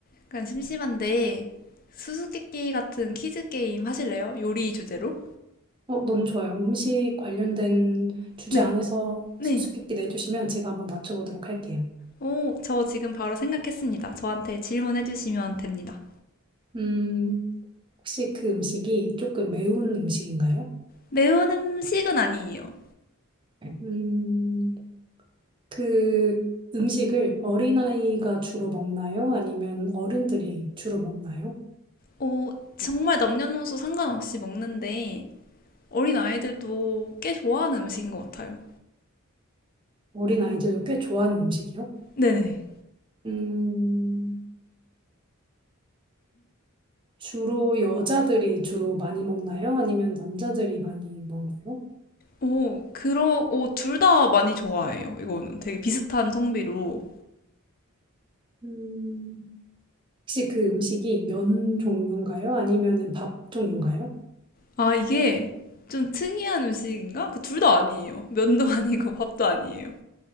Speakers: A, on the left; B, on the right.
A: 약간 심심한데 수수께끼 같은 퀴즈 게임 하실래요? 요리 주제로?
B: 어, 너무 좋아요. 음식 관련된 주제
A: 네,
B: 안에서
A: 네.
B: 수수께끼 내주시면 제가 한번 맞춰보도록 할게요.
A: 오, 저 지금 바로 생각했습니다. 저한테 질문해 주시면 됩니다.
B: 음, 혹시 그 음식이 조금 매운 음식인가요?
A: 매운 음식은 아니에요.
B: 음, 그 음식을 어린아이가 주로 먹나요? 아니면 어른들이 주로 먹나요?
A: 오, 정말 남녀노소 상관없이 먹는데 어린 아이들도 꽤 좋아하는 음식인 것 같아요.
B: 어린아이들도 꽤 좋아하는 음식이요?
A: 네네.
B: 음, 주로 여자들이 주로 많이 먹나요? 아니면 남자들이 많이 먹나요?
A: 오, 그러, 오, 둘 다 많이 좋아해요. 이거는 되게 비슷한 성비로.
B: 음, 혹시 그 음식이 면 종류인가요? 아니면은 밥 종류인가요?
A: 아, 이게 좀 특이한 음식인가? 그 둘 다 아니에요. 면도 <laughs> 아니고 밥도 아니에요.